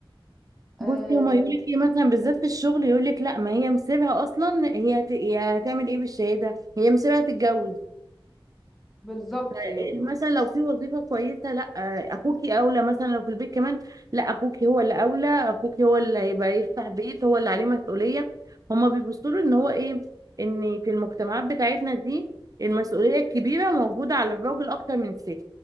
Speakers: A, in the centre; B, on the right.
A: أه
B: بصي هما يقول لك ايه مثلا بالذات في الشغل يقول لك لا ما هي مسيبها اصلا هي هت... هي هتعمل ايه بالشهاده هي مسيبها تتجوز
A: بالظبط
B: ف-
A: يعني
B: مثلا لو في وظيفه كويسه لا اخوكي اولى مثلا لو في البيت كمان لا اخوكي هو اللي اولى اخوكي هو اللي هيبقى يفتح بيت هو اللي عليه مسؤوليه هما بيبصوا له ان هو ايه ان في المجتمعات بتاعتنا دي المسؤوليه الكبيره موجوده على الراجل اكتر من الست